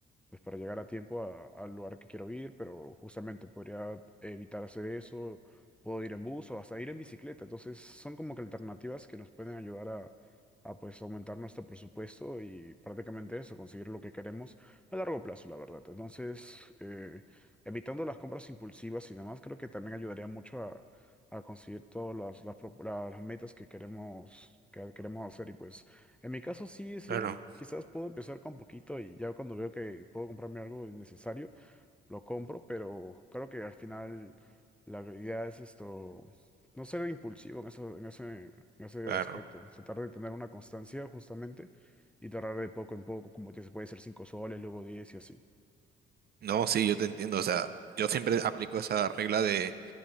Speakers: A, in the centre; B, on the right.
A: pues, para llegar a tiempo a- al lugar que quiero ir, pero justamente podría evitar hacer eso, puedo ir en bus o hasta ir en bicicleta. Entonces son como que alternativas que nos pueden ayudar a, a pues aumentar nuestro presupuesto y prácticamente eso, conseguir lo que queremos a largo plazo, la verdad. Entonces, eh, evitando las compras impulsivas y demás, creo que también ayudaría mucho a, a conseguir todas las, las, pro- la- las metas que queremos, que queremos hacer y pues... En mi caso sí, sí,
B: Claro,
A: quizás puedo empezar con poquito y ya cuando veo que puedo comprarme algo innecesario, lo compro, pero creo que al final la idea es esto, no ser impulsivo en eso, en ese, en ese
B: claro.
A: aspecto, tratar de tener una constancia justamente y tratar de poco en poco, como que se puede ser cinco soles, luego 10 y así.
B: No, sí, yo te entiendo, o sea, yo siempre aplico esa regla de